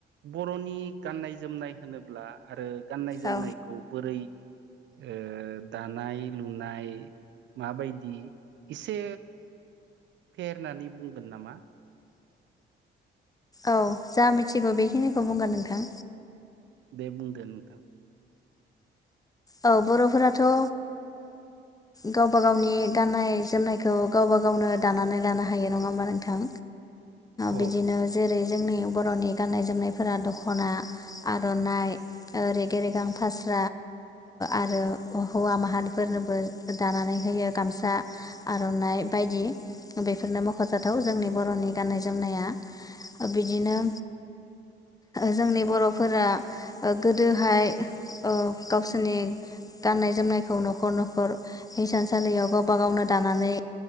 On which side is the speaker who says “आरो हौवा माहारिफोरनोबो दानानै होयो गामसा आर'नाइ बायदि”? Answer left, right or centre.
Left